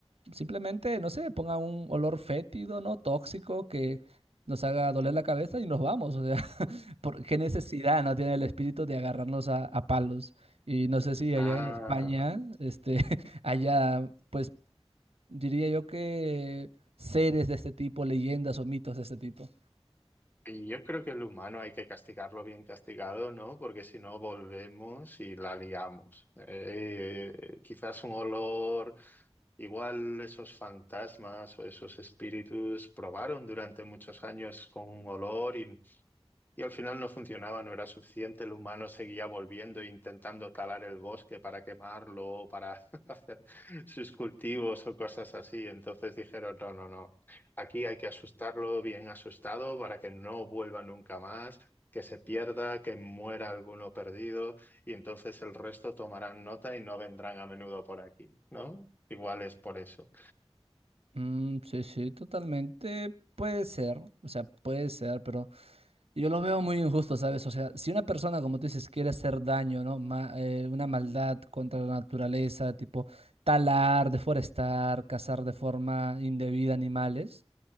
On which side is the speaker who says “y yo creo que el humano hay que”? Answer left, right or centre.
Left